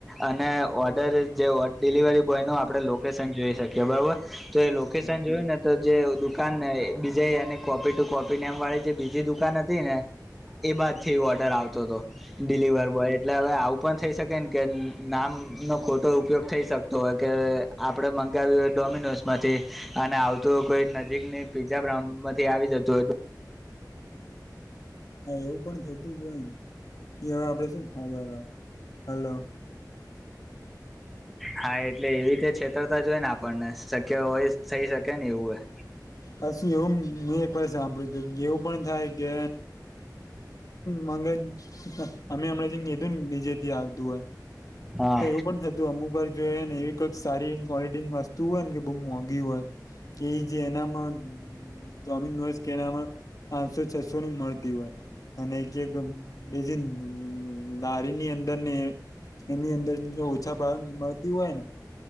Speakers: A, in the centre; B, on the left.
A: અને ઓર્ડર જે ઓડ ડિલિવરી બોયનું આપણે લોકેશન જોઈ શકીએ બરાબર તો એ લોકેશન
B: હા,
A: જોયું ને તો જે દુકાનને બીજે એની કોપી ટુ કોપી ને એમ વાળી જે બીજી દુકાન હતી ને. એ બાદથી એ ઓર્ડર આવતો હતો ડિલિવર
B: હા.
A: એટલે હવે આવું પણ થઈ શકેને કે નામનો ખોટો ઉપયોગ થઈ શકતો હોય કે આપડે મંગાવ્યું હોય ડોમિનોસમાંથી અને આવતું કોઈ નજીકની પીઝા બ્રાઉનમાંથી આવી જતું હતુ.
B: હા એવું પણ થતું જ હોય ને એ હવે આપડે શું ખબર હોય હલો.
A: હા એટલે એવી રતે છેતરતા જોય ને આપણને શક્ય હોય થઈ શકે ને એવું હોય.
B: પછી એવું મેં એક વાર સાંભળ્યું હતું એવું પણ થાય કે. મંગાઈ અમે હમણાં જધું ને જેે આવતું હોય.
A: હા
B: તો એવું પણ થતું અમુક વાર જોઈએ ને એવી કઈક સારી ક્વોલિટીની વસ્તુ હોય ને કે બહુ મોંઘી હોય કે જે એનામાં જોમીન નોઇસ કે એનામાં પાંચસો છસોની એમારપી મળતી હોય. અને એકક બજી નારીની અંદર ને એની અંદર જો ઓછા ભાર મળતી હોય ને.